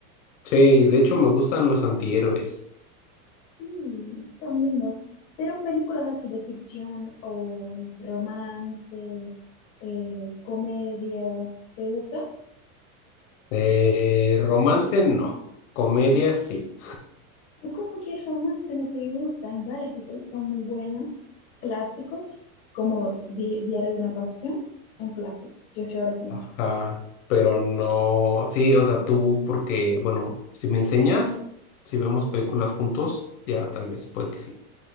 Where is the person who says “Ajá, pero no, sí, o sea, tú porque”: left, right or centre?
Left